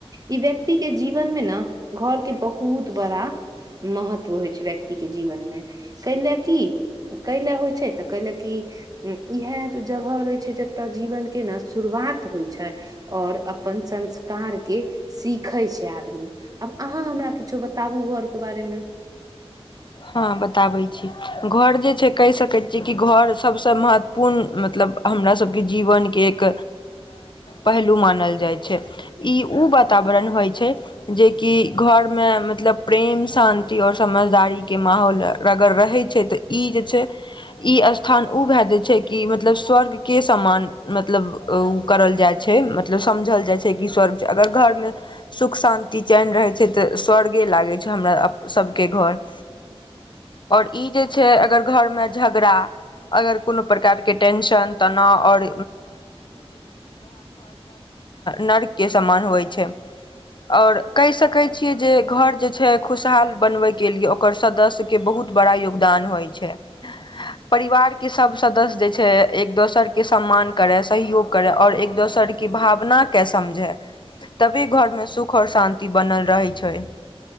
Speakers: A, on the right; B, on the left.
A: ई व्यक्ति के जीवन मे न घर के बहुत बड़ा महत्व होइ छै व्यक्ति के जीवन मे कै ल की कैल होइ छै तऽ कैल क इएह जगह रहै छै जतय जीवन के ने शुरू शुरआत होइ छै और अपन संस्कार के सीखै छै आदमी आब अहाँ हमरा किछो बताबु घरके बारेमे
B: हँ बताबै छी घर जे छै कहि सकैत छीयै कि घर सबसँ महत्वपूर्ण मतलब हमरा सबके जीवनके एक पहलू मानल जाइ छै इ उ वातावरण होइ छै जेकि घर मे मतलब प्रेम शान्ति और समझदारी के माहौल अगर रहै छै त इ जे छै इ स्थान उ भय जे छै कि मतलब स्वर्ग के सम्मान मतलब उ करल जाय छै मतलब समझल जाय छै कि स्वर्ग अगर घरमे सुख शान्ति कि चैन रहै छै तऽ स्वर्गे लागै छै हमरा सभके घर आओर ई जे छै अगर घरमे झगड़ा अगर कोनो प्रकारके टेंशन तनाव नरक के सम्मान होइ छै आओर कहि सकै छियै जे घर जे छै खुशहाल बनबे के लिए ओकर सदस्य के बहुत बड़ा योगदान होइ छै परिवार के सब सदस्य जे छै एक दोसर के सम्मान करै सहयोग करै और एक दो सर की भावना के समझै तबे घरमे सुख आओर शान्ति बनल रहै छै